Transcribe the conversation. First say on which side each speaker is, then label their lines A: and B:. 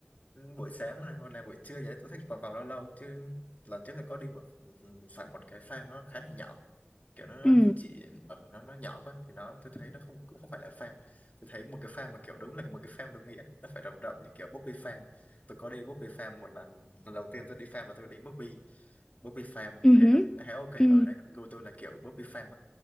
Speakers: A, on the left; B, on the left.
A: buổi sáng này hoặc là buổi trưa gì đấy tôi thích vòng vòng lâu lâu chứ lần trước thì có đi một phải một cái farm nó khá là nhỏ kiểu nó nó
B: ừ
A: chỉ ở nó nó nhỏ quá thì nó tôi thấy nó không cũng không phải là farm tôi thấy một cái farm mà kiểu đúng là một cái farm đúng nghĩa nó phải rộng rộng như kiểu Bobby Farm tôi có đi Bobby Farm một lần lần đầu tiên tôi đi farm là tôi đi Bobby Bobby Farm
B: Ừ.
A: thấy
B: hử,
A: nó khá ok
B: Ừ.
A: ở đấy gu tôi là kiểu Bobby Farm á